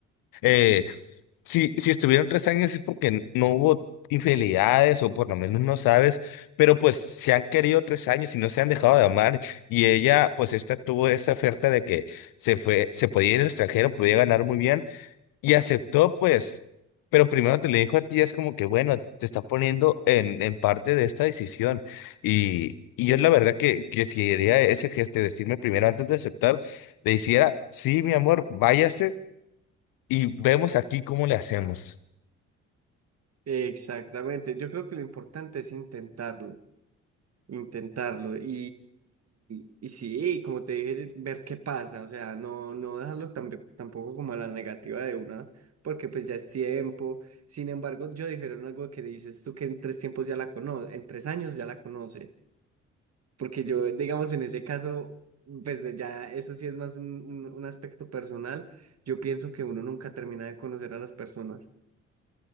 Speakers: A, on the left (about 55°); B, on the right (about 40°).
A: Eh, si, si estuvieron tres años es porque no hubo infidelidades o por lo menos no sabes, pero pues se han querido tres años y no se han dejado de amar y ella pues esta tuvo esa oferta de que se fue, se podía ir al extranjero, podía ganar muy bien y aceptó, pues, pero primero te le dijo a ti, es como que, bueno, te está poniendo en, en parte de esta decisión. Y, y yo la verdad que, que si haría ese gesto, de decirme primero antes de aceptar, le hiciera, sí, mi amor, váyase y vemos aquí cómo le hacemos.
B: Exactamente. Yo creo que lo importante es intentarlo, intentarlo. Y, y, y sí, como te dije, ver qué pasa. O sea, no, no dejarlo tamp- tampoco como a la negativa de una, porque pues ya es tiempo. Sin embargo, yo dijeron algo que dices tú que en tres tiempos ya la conoces, en tres años ya la conoces. Porque yo, digamos, en ese caso, pues de ya eso sí es más un, un un aspecto personal. Yo pienso que uno nunca termina de conocer a las personas.